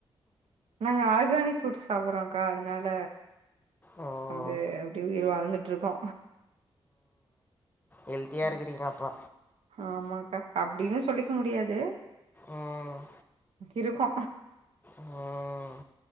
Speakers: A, on the right; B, on the left.
A: நாங்க ஆர்கானிக் ஃபுட்ஸ் சாப்டுறோம்கா அதனால
B: ஓ
A: வந்து அப்டி உயிர் வாழ்ந்துட்டு இருக்கோ
B: ஹெல்த்தியா
A: ம்.
B: இருக்குறீங்க அப்போ
A: ஆமாக்கா அப்டின்னு சொல்லிக்க முடியாது
B: உம்
A: இருக்கோ
B: ம்.